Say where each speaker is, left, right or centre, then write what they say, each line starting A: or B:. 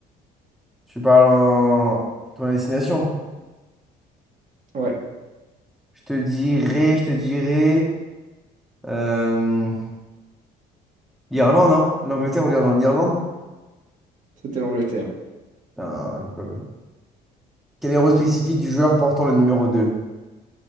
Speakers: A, in the centre; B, on the right (about 50°).
A: tu parles en ton destination.
B: Ouais,
A: Je te dirai, je te dirai. Euh, L'Irlande, hein? L'Angleterre ou l'Irlande? L'Irlande?
B: c'était l'Angleterre.
A: Putain, elle est pas bonne. Quel héros spécifique du joueur portant le numéro deux